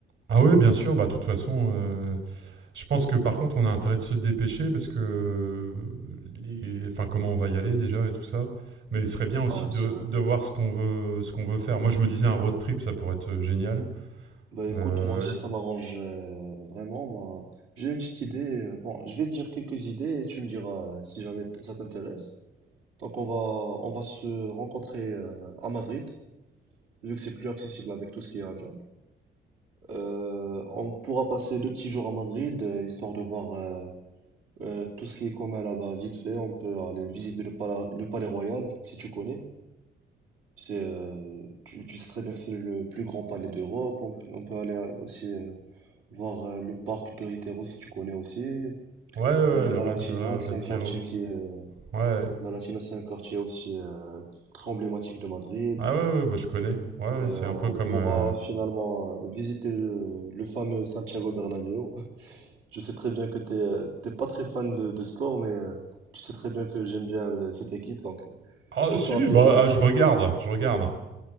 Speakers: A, on the right; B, on the right.
A: Ah ouais, bien sûr, bah de toute façon, euh, je pense que par contre on a intérêt de se dépêcher parce que euh, les- enfin comment on va y aller déjà et tout ça. Mais il serait bien aussi
B: Ah oui,
A: de,
B: c'est vrai.
A: de voir ce qu'on veut ce qu'on veut faire. Moi je me disais un road trip ça pourrait être euh, génial.
B: Bah écoute,
A: Euh,
B: moi aussi
A: l-
B: ça m'arrange euh, vraiment. moi. J'ai une petite idée. euh, Bon, je vais te dire quelques idées et tu me diras euh, si jamais t- ça t'intéresse. Donc on va on va se rencontrer euh, à Madrid, vu que c'est plus accessible avec tout ce qui est avion. Euh, on pourra passer deux petits jours à Madrid, euh, histoire de voir euh, euh, tout ce qui est commun là-bas vite fait. On peut aller visiter le palais, le palais royal, si tu connais. C'est, euh, tu, tu sais très bien que c'est le plus grand palais d'Europe. On, peut on peut aller euh, aussi euh, voir euh, le parc de Ritero, si tu connais aussi.
A: ouais ouais ouais,
B: Euh,
A: le,
B: La
A: re-
B: Latina,
A: le
B: c'est
A: Retiro.
B: un quartier qui est, euh,
A: Ouais. ouais.
B: La Latina, c'est un quartier aussi euh, très emblématique de Madrid.
A: Ah ouais, ouais bah, je connais. Ouais, ouais,
B: Euh,
A: c'est un peu
B: on
A: comme
B: pourra
A: euh,
B: finalement euh, visiter le, le fameux Santiago Bernabéu. Je sais très bien que t'es, euh, t'es pas très fan de, de sport, mais euh, tu sais très bien que j'aime bien le- cette équipe, donc euh,
A: Ah
B: tu
A: si,
B: me feras plaisir.
A: bah ah,
B: <laughs>
A: je regarde, je regarde.